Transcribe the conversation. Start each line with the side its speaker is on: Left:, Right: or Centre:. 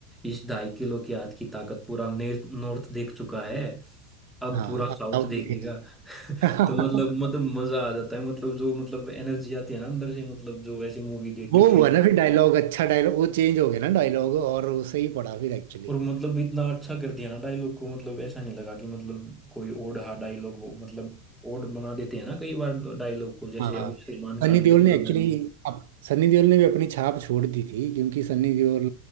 Centre: इस ढाई किलो के हाथ की ताकत पूरा ने- नॉर्थ देख चुका है अब
Right: हाँ
Centre: पूरा
Right: अब
Centre: साउथ
Right: साउथ
Centre: देखेगा
Right: इंडिया <laughs>
Centre: तो मतलब मतलब मजा आ जाता है मतलब जो मतलब एनर्जी आती है ना अंदर से मतलब जो ऐसी मूवी देख
Right: वो
Centre: के फील
Right: हुआ ना फिर डायलॉग अच्छा डायलॉग वो चेंज हो गया ना डायलॉग और वो सही पड़ा फिर एक्चुअली
Centre: और मतलब इतना अच्छा कर दिया ना डायलॉग को मतलब ऐसा नहीं लगा कि मतलब कोई ओड हा डायलॉग हो मतलब ओड बना देते हैं ना कई बार डायलॉग को जैसे
Right: हाँ
Centre: अभी सलमान खान
Right: सनी देओल
Centre: की सिकंदर
Right: ने एक्चुअली
Centre: में
Right: अब सनी देओल ने भी अपनी छाप छोड़ दी थी क्योंकि सनी देओल